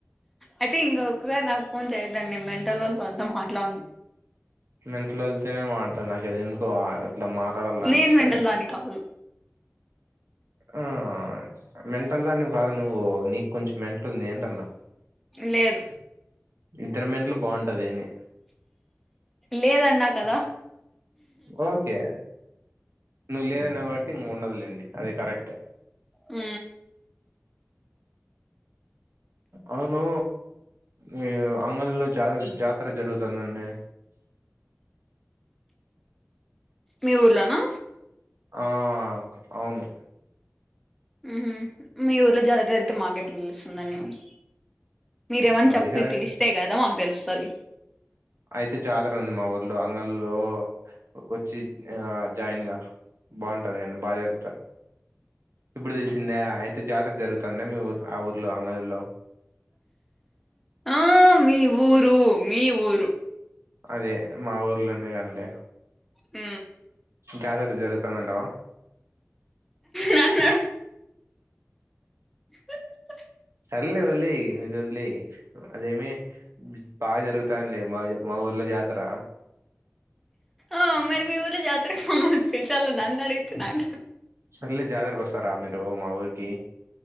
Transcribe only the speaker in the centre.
అయితే ఇంక ఒకసారి నాకు ఫోన్ చేయద్దండి మంటలోతో అంతా మాట్లాడను
నేను మెంటల్ దాన్ని కాదు
లేదు
లేదన్నా కదా
ఉ
మీ ఊర్లో నా
ఉహు మీ ఊర్లో జాతర జరుగుతే మాకేట్లా తేలుస్తుందండి మరి మీరేమన్నా
చెప్పి
పిలిస్తే కదా మాకు తిలుస్తది
ఆ మీ ఊరు మీ ఊరు
ఉ
నన్న హ్
ఆ మరి మీ ఊర్ల జాతరకు రమ్మని పిలిచాల నన్ను అడుగితే నాకు